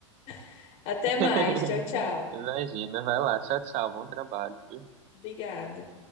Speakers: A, on the left (about 50°); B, on the right (about 40°).
A: <laughs> Até
B: <laughs>
A: mais. Tchau, tchau.
B: Imagina, vai lá. Tchau, tchau. Bom trabalho.
A: Obrigada.